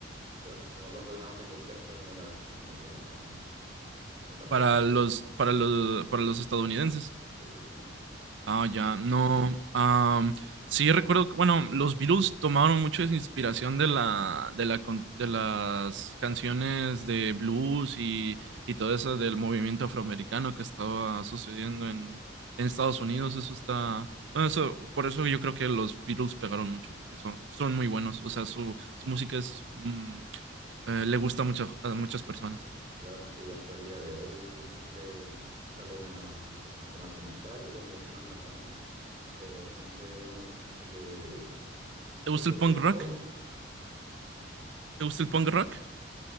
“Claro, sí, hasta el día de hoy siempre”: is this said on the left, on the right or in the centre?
Right